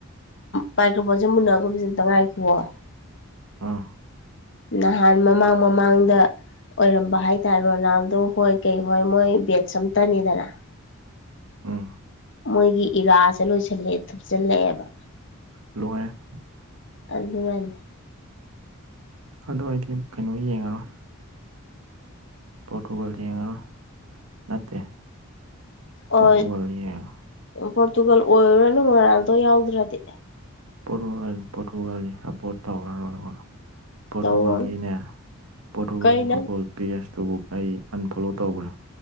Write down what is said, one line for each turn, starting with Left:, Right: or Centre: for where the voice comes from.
Left: ꯃꯥꯏꯀ꯭ꯔꯣ ꯐꯣꯟꯁꯦ ꯃꯨꯟꯅꯒꯨꯝꯁꯦ ꯑꯝꯇ ꯉꯥꯏꯈꯨꯑꯣ
Right: ꯑ <unintelligible>
Left: ꯅꯍꯥꯟ ꯃꯃꯥꯡ ꯃꯃꯥꯡꯗ ꯑꯣꯏꯔꯝꯕ ꯍꯥꯏꯇꯥꯔꯦ ꯔꯣꯅꯥꯜꯗꯣ ꯍꯣꯏ ꯀꯩ ꯍꯣꯏ ꯃꯣꯏ ꯕꯦꯠꯁ ꯑꯝꯇꯅꯤꯗꯅ
Right: ꯎꯝ <unintelligible>
Left: ꯃꯣꯏꯒꯤ ꯏꯔꯥꯥꯁꯦ ꯂꯣꯏꯁꯤꯜꯂꯦ ꯊꯨꯞꯆꯜꯂꯛꯑꯦꯕ
Right: ꯂꯣꯏꯔꯦ
Left: ꯇꯜꯂꯤ ꯌꯥꯝꯅ
Right: ꯑꯗꯨ ꯑꯩꯗꯤ ꯀꯩꯅꯣ ꯌꯦꯡꯉꯔꯣꯏ ꯄꯣꯔꯇꯨꯒꯜ ꯌꯦꯡꯉꯔꯣꯏ ꯅꯠꯇꯦ ꯄꯣꯔꯇꯨꯒꯜꯗꯤ
Left: ꯑꯣ
Right: ꯌꯥꯏ
Left: ꯄꯣꯔꯇꯨꯒꯜ ꯑꯣꯏꯔꯨꯔꯅꯨ ꯔꯣꯅꯥꯜꯗꯣ ꯌꯥꯎꯗ꯭ꯔꯗꯤ
Right: ꯄꯣꯇꯨ ꯄꯣꯔꯇꯨꯒꯥꯜ ꯁꯞꯄꯣꯔꯠ ꯇꯧꯔꯔꯣꯏꯕ ꯄꯣꯔꯇꯨꯒꯥꯜꯒꯤꯅꯦ
Left: ꯇꯧꯔꯨꯔꯅꯨ
Right: <unintelligible> ꯄꯣꯔꯇꯨꯒꯥꯜꯒꯤ
Left: ꯀꯩ ꯅꯪ
Right: ꯐꯨꯠꯕꯣꯜ ꯄꯦꯖꯇꯨꯕꯧ ꯑꯩ ꯑꯟꯐꯣꯂꯣ ꯇꯧꯈ꯭ꯔꯦ